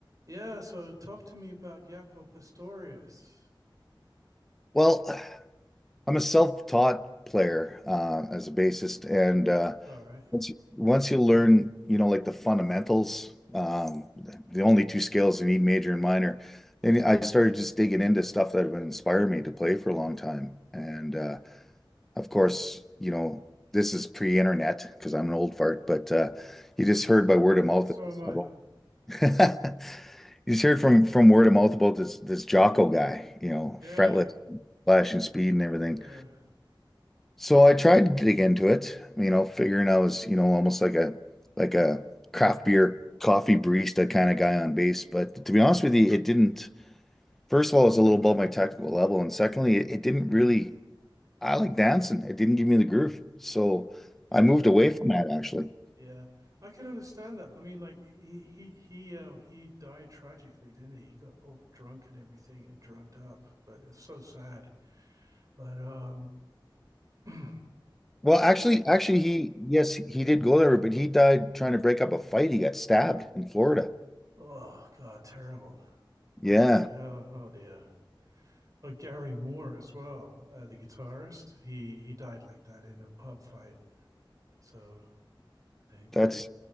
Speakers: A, on the right; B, in the centre.
A: Yeah, so talk to me about Jaco Pastorius.
B: Well, I'm a self-taught player uh, as a bassist, and uh,
A: All right.
B: once you, once you learn, you know, like the fundamentals, um, the only two scales you need, major and minor, and I started just digging into stuff that would inspire me to play for a long time. And uh, of course, you know, this is pre-internet because I'm an old fart, but uh, you just heard by word of mouth
A: So am I.
B: about <laughs> you just heard from from word of mouth about this this Jocko guy, you know,
A: Yeah.
B: fretless, flashing speed and everything.
A: Yeah.
B: So I tried to dig into it, you know, figuring I was, you know, almost like a like a craft beer coffee barista kind of guy on base. But to be honest with you, it didn't. First of all, it was a little above my technical level, and secondly, it, it didn't really. I like dancing. It didn't give me the groove, so I moved
A: Yeah.
B: away from that actually.
A: Yeah. I can understand that. I mean, like he he he uh, he died tragically, didn't he? He got all drunk and everything and drugged up, but it's so sad. But um <clears throat>
B: Well, actually, actually, he yes, he did go there, but he died trying to break up a fight. He got stabbed in Florida.
A: oh God, terrible. Absolutely.
B: Yeah,
A: Oh, oh dear. Oh, Gary Moore as well, uh, the guitarist. He he died like that in a pub fight. So I think
B: that's